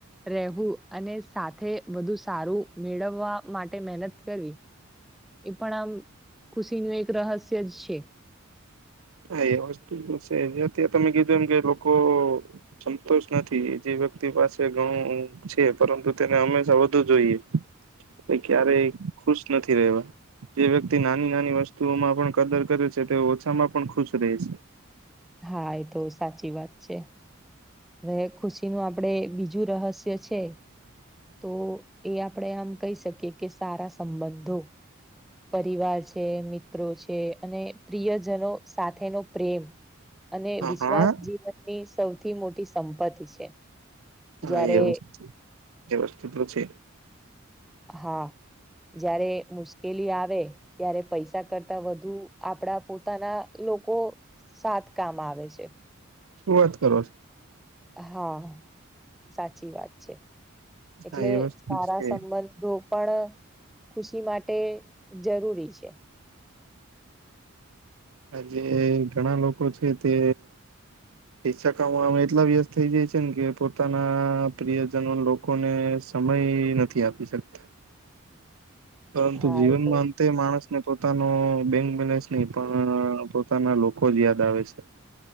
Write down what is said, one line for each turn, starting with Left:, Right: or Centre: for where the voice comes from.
Centre: રહેવું અને સાથે વધુ સારું મેળવવા માટે મહેનત કરવી એ પણ આમ ખુશી ન એક રહસ્ય જ છે
Right: હા એ વસ્તુ બ છે અત તમે કીધું એમ કે લોકો સંતોષ નથી એ જે વ્યક્તિ પાસે ઘણું છે પરંતુ તેને હંમેશા વધુ જોઈએ એ ક્યારેય ખુશ નથી રહેવા જે વ્યક્તિ નાની નાની વસ્તુઓમાં પણ કદર કરે છે તે ઓછામાં પણ ખુશ રહે છે
Centre: હા એ તો સાચી વાત છે હવે ખુશી નું આપડે બીજું રહસ્ય છે તો એ આપણેે આમ કહી શકીએ કે સારા સંબંધો પરિવાર છે મિત્રો છે અને પ્રિયજનો સાથેનો પ્રેમ અને
Right: હા
Centre: વિશ્વાસ
Right: હા
Centre: જીવનની સૌથી મોટી સંપત્તિ છે
Right: હા
Centre: જ્યારે
Right: એ વસ્તુ એ વસ્તુ તોલું છે
Centre: હા જયારે મુશ્કેલી આવે ત્યારે પૈસા કરતા વધુ આપડા પોતાના લોકો સાત કામ આવે છે
Right: શરૂઆત કરો
Centre: હા સાચી વાત છે એટલે
Right: હા એ વસ્તુ
Centre: સારા
Right: છે
Centre: સંબંધો પણ ખુશી માટે જરૂરી છે
Right: આજે ઘણા લોકો છે તે પષાકામાં અમે એટલા વ્યસ્ત થઇ જાયી ને કે પોતાના પ્રિયજનો લોકોને સમય નથી આપી શકતા પરંતુ
Centre: હા
Right: જીવનમાં
Centre: એ તો
Right: અંતે માણસને પોતાનો બેંક બેલેન્સ નહી પણ પોતાના લોકો જ યાદ આવે છે